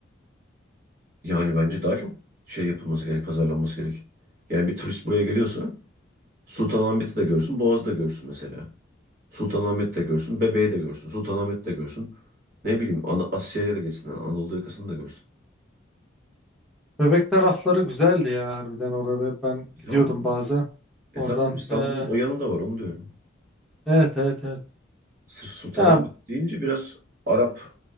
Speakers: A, on the right; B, in the centre.
A: Yani bence daha çok şey yapılması gerek, pazarlanması gerek. Yani bir turist buraya geliyorsa Sultanahmet'i de görsün, Boğaz'ı da görsün mesela. Sultanahmet'i de görsün, Bebeği de görsün, Sultanahmet'i de görsün. Ne bileyim Ana Asya'ya da geçsin, yani Anadolu yakasını da görsün.
B: Bebek tarafları güzeldi ya harbiden orada ben
A: E
B: gidiyordum
A: tamam. mı?
B: bazen
A: E
B: oradan.
A: tamam İstanbul'un
B: e,
A: o yanı da var onu diyorum.
B: evet evet evet.
A: Sırf Sultanahmet
B: Ya
A: deyince biraz Arap